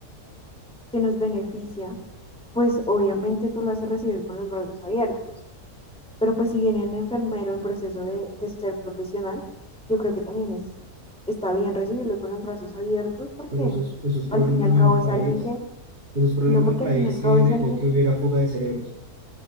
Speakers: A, in the centre; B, on the right.
A: que nos beneficia, pues obviamente tú lo vas a recibir con los brazos abiertos. Pero pues si viene un enfermero en proceso de, de ser profesional, yo creo que también es, está bien recibirlo con los brazos abiertos porque
B: pero eso es, eso es problema
A: al fin y al cabo
B: de un
A: es
B: país.
A: alguien que,
B: Eso es problema
A: no porque
B: del país
A: al fin y al
B: que
A: cabo es
B: dejó
A: alguien,
B: que hubiera fuga de cerebros.